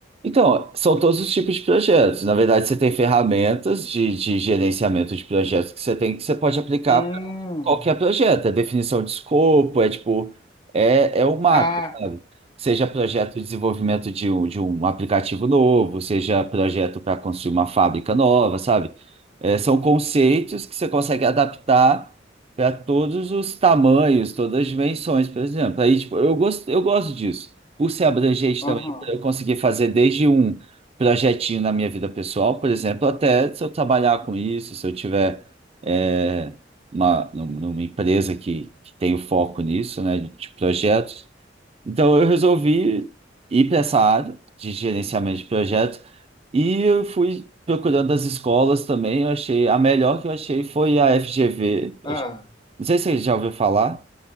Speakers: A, on the right (about 35°); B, on the left (about 25°).
A: Então, são todos os tipos de projetos. Na verdade, você tem ferramentas de, de gerenciamento de projetos que você tem que você pode aplicar
B: Hum,
A: para qualquer projeto. É definição de escopo, é tipo, é, é o macro,
B: ah,
A: sabe? Seja projeto de desenvolvimento de um, de um aplicativo novo, seja projeto para construir uma fábrica nova, sabe? É, são conceitos que você consegue adaptar para todos os tamanhos, todas as dimensões, por exemplo. Aí, tipo, eu gosto, eu gosto disso. Por ser abrangente
B: aham,
A: também eu consegui fazer desde um projetinho na minha vida pessoal, por exemplo, até se eu trabalhar com isso, se eu tiver é, uma, num- numa empresa que, que tem o foco nisso, né, de projetos. Então eu resolvi ir para essa área de gerenciamento de projetos e eu fui procurando as escolas também. Eu achei a melhor que eu achei foi a FGV. Eu
B: ah,
A: ach- Não sei se você já ouviu falar.